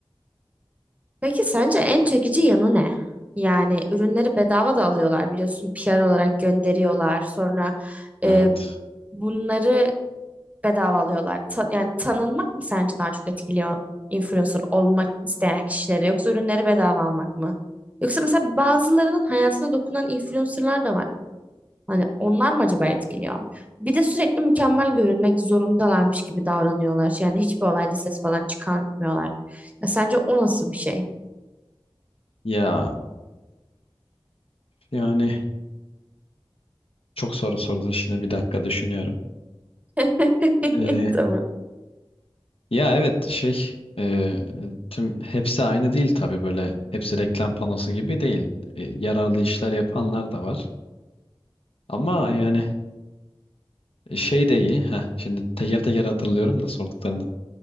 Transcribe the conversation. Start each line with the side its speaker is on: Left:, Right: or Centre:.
Right: Peki sence en çekici yanı ne? Yani ürünleri bedava da alıyorlar biliyorsun PR olarak gönderiyorlar. Sonra
Left: Evet.
Right: e, bunları bedava alıyorlar. Ta- yani tanınmak mı sence daha çok etkiliyor influencer olmak isteyen kişileri yoksa ürünleri bedava almak mı? Yoksa mesela bazılarının hayatına dokunan influencerlar da var. Hani onlar mı acaba etkiliyor? Bir de sürekli mükemmel görünmek zorundalarmış gibi davranıyorlar. Yani hiçbir olayda ses falan çıkartmıyorlar. Ya sence o nasıl bir şey?
Left: Ya yani çok soru sordun şimdi bir dakika düşünüyorum.
Right: <laughs>
Left: Ee,
Right: Tamam.
Left: ya evet şey e, tüm hepsi aynı değil tabii böyle hepsi reklam panosu gibi değil. E, yararlı işler yapanlar da var. Ama yani şey de iyi. Heh, şimdi teker teker hatırlıyorum da sorduklarını.